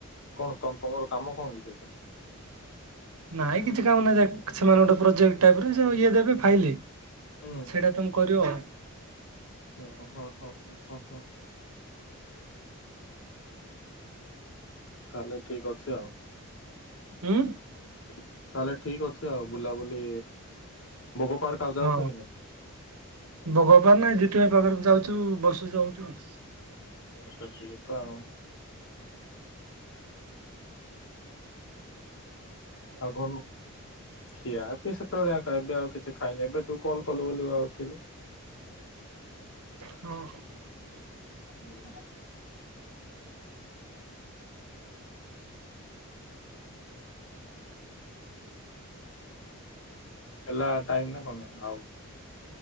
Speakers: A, on the left (about 60°); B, on the right (about 85°).
A: କଣ ତମ ତମର କାମ କଣକି ସେଇଟି।
B: ନାଇଁ କିଛି କାମ ନାହିଁ। ସେ ସେମାନେ ଗୋଟେ ପ୍ରୋଜେକ୍ଟ ଆଗରୁ ଇଏ ଦେବେ ଫାଇଲେ।
A: ହୁଁ
B: ସେଇଟା ତମ କରିବ ଆଉ।
A: ଓହୋ। ହଁ -ହଁ -ହଁ- ହଁ- ହଁ। ତାହେଲେ ଠିକ ଅଛି ଆଉ।
B: ହୁଁ।
A: ତାହେଲେ ଠିକ ଅଛି ଆଉ। ବୁଲାବୁଲି ଭୋଗ ପାର୍କ ଆଉ ଯାଉଛ
B: ହଁ
A: କି ନାଇଁ?
B: ବଗପାର ନାହିଁ ଦିତିବ ପାଖରେ ଯାଉଛୁ, ବସ ଯାଉଛୁ ଆସ
A: ଆ ସଠ କଥା ଆଉ ଆଉ ଘରୁ ଖିଆ ଏ ପି ସେତେବେଳେ। ଏବେ ଆଉ କିଛି ଖାଇନି। ଏବେ ତୁ କଲ କଲୁ ବୋଲି ଉଠିଲି।
B: ହଁ।
A: ହୁଁ। ହେଲା ଟାଇମ ନା କଣ ଆଉ।